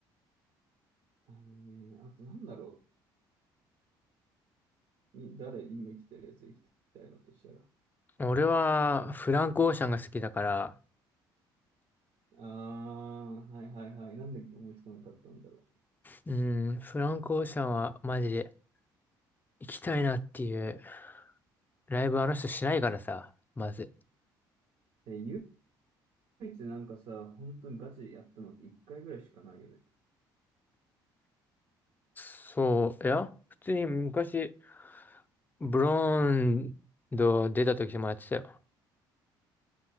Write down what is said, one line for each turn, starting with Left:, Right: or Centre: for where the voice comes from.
Right: あのね、あとなんだろう。い誰、今来てるやつ行きたいのとしたら。
Left: 俺はフランク・オーシャンが好きだから、
Right: あー、はいはいはい。なんで思いつかなかったんだろ
Left: うん、フランク・オーシャンはマジで行きたいなっていうライブあの人しないからさ、まず。
Right: う。え、唯一なんかさ、本当にガチでやったのって1回ぐらいしかないよね。
Left: そう、いや、普通に昔、ブロンド出た時もやってたよ。